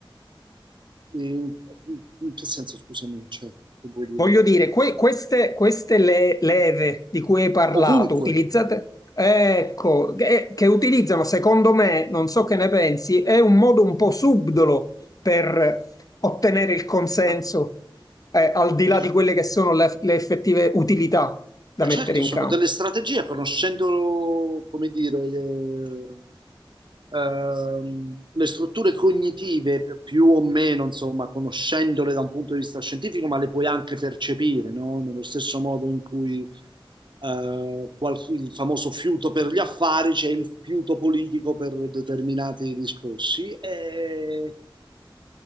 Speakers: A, on the right (about 60°); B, on the left (about 40°).
A: In, in- in che senso, scusami, cioè, che vuol dire?
B: Voglio dire, que- queste, queste le- leve di cui hai parlato,
A: Ovunque.
B: utilizzate, ecco, che, che utilizzano, secondo me, non so che ne pensi, è un modo un po' subdolo per ottenere il consenso,
A: Ah,
B: eh, al di là
A: Certo.
B: di quelle che sono le, le effettive utilità da
A: Eh,
B: mettere
A: Certo,
B: in
A: sono
B: campo.
A: delle strategie, conoscendo, come dire, le, ehm, le strutture cognitive p- più o meno, insomma, conoscendole da un punto di vista scientifico, ma le puoi anche percepire, no? Nello stesso modo in cui eh, qual- il famoso fiuto per gli affari, c'è il fiuto politico per determinati discorsi. E